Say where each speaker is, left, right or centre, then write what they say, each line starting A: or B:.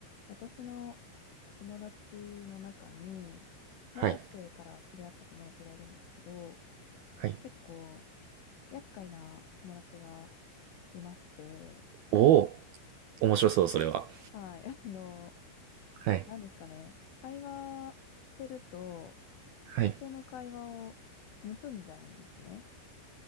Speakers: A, on the left (about 75°); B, on the right (about 70°).
A: 私の友達の中に、大学生から知り合った友達がいるんですけど、
B: はい。はい。
A: 結構厄介な友達がいまして、
B: おお、面白そう、それは。
A: はい、<laughs> あの、
B: はい。
A: 何ですかね、会話してると、
B: はい。
A: 人の会話を盗んじゃうんですね。